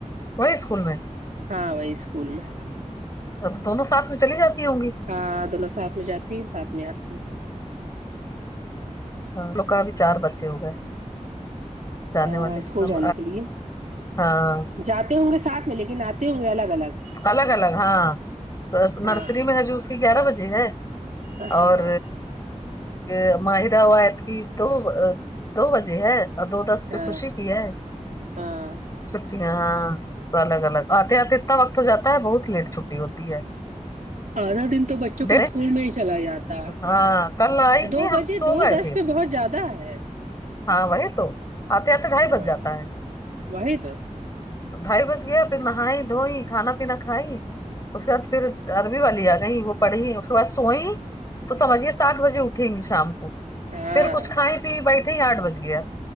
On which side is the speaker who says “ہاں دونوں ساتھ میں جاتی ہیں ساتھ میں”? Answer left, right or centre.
Right